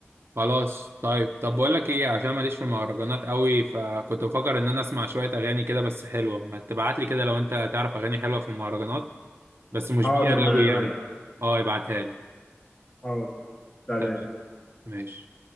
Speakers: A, on the right (about 60°); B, on the left (about 20°).
A: خلاص طيب طب بقول لك ايه عشان ماليش في المهرجانات قوي فكنت بفكر ان انا اسمع شوية اغاني كده بس حلوة ما تبعت لي كده لو انت تعرف اغاني حلوة في المهرجانات بس مش
B: حاضر
A: بيها
B: من
A: قوي يعني
B: عينيا
A: اه ابعتها لي
B: حاضر سلام
A: تمام ماشي